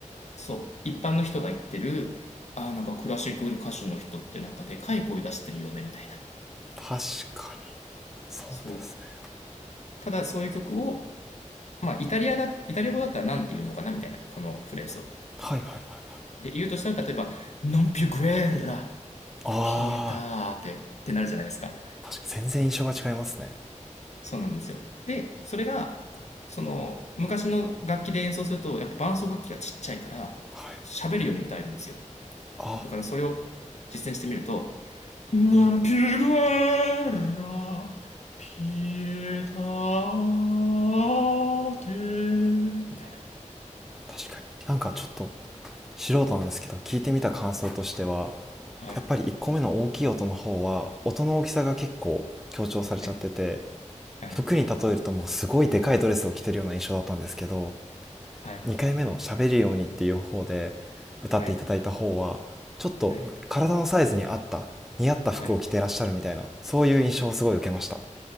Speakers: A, on the left (about 60°); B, in the centre.
A: そう、一般の人が言ってる、ああ、なんかクラシック歌手の人ってなんかでかい声出してるよね、みたいな。
B: 確かにそうですね
A: そう。ただそういう曲を、まあ、イタリアだ、イタリア語だったら何て言うのかなみたいな、このフレーズを。
B: はいはいはい
A: で、言うとしたら、例えば、Non più guerra,
B: あ
A: pietate
B: ー
A: ってなるじゃないですか。
B: 全然印象が違いますね
A: そうなんですよ。で、それが、その、昔の楽器で演奏すると、やっぱ伴奏楽器がちっちゃいから、
B: はい
A: 喋るように歌えるんですよ。
B: ああ
A: だからそれを実践してみると、Non più guerra, pietate みたいな。
B: 確かになんかちょっと素人なんですけど聞いてみた感想としては
A: はい、
B: やっぱり1個目の大きい音の方は音の大きさが結構強調されちゃってて
A: はい、はい、
B: 服に例えるともうすごいでかいドレスを着てるような印象だったんですけど
A: はい、
B: 2回目の「喋るように」っていう方で歌っていただいた方はちょっと体のサイズに合った似合った服を着てらっしゃるみたいなそういう印象をすごい受けました
A: はい、はい。はい